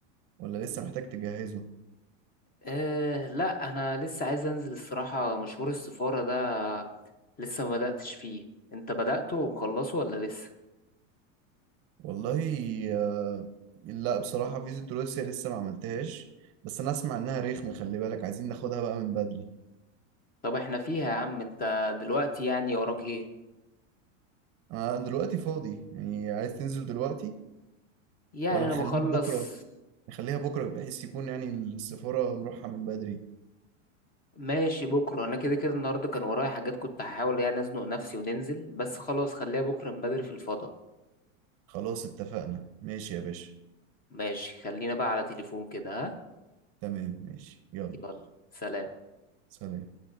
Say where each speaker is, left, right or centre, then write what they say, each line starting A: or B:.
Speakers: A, on the right; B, on the left.
A: ولا لسه محتاج تجهزه
B: أه لا انا لسه عايز انزل الصراحه مشوار السفاره ده لسه ما بداتش فيه انت بدأته ومخلصه ولا لسه
A: والله آه، لا بصراحة فيزة روسيا لسه ما عملتهاش بس أنا أسمع إنها رخمة خلي بالك عايزين ناخدها بقى من بدري
B: طب احنا فيها يا عم انت دلوقتي يعني وراك ايه
A: أنا دلوقتي فاضي يعني عايز تنزل دلوقتي
B: يعني
A: ولا
B: انا
A: نخليها
B: بخلص
A: بكرة نخليها بكرة بحيث يكون يعني السفارة نروحها من بدري
B: ماشي بكره انا كده كده النهارده كان ورايا حاجات كنت هحاول يعني ازنق نفسي وننزل بس خلاص خليها بكره من بدري في الفضاء
A: خلاص اتفقنا ماشي يا باشا
B: ماشي خلينا بقى على تليفون كده ها
A: تمام ماشي يلا
B: يلا سلام
A: سلام